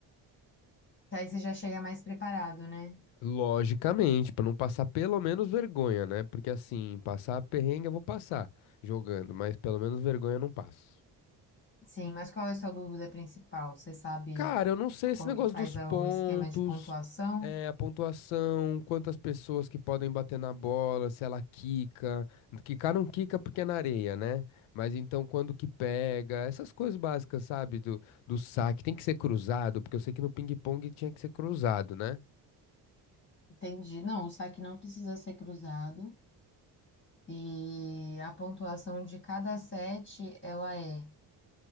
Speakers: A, on the left; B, on the left.
A: Que aí você já chega mais preparado, né?
B: Logicamente, pra não passar pelo menos vergonha, né? Porque assim, passar perrengue eu vou passar jogando, mas pelo menos vergonha eu não passo.
A: Sim, mas qual é a sua dúvida principal? Você sabe
B: Cara, eu não sei esse
A: como
B: negócio
A: que faz
B: dos pontos,
A: a- o esquema de pontuação?
B: é, a pontuação, quantas pessoas que podem bater na bola, se ela quica. Quicar não quica porque é na areia, né? Mas então quando que pega, essas coisas básicas, sabe? Do, do saque. Tem que ser cruzado, porque eu sei que no ping-pong tinha que ser cruzado, né?
A: Entendi. Não, o saque não precisa ser cruzado. E a pontuação de cada set, ela é